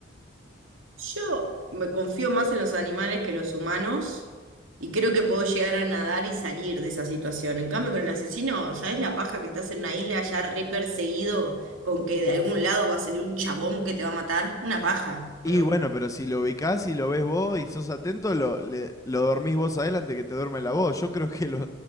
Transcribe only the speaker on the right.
Yo me confío más en los animales que los humanos y creo que puedo llegar a nadar y salir de esa situación. En cambio, con el asesino, ¿sabes la paja que estás en una isla ya re perseguido con que de algún lado va a salir un chabón que te va a matar? Una paja,
¿o no?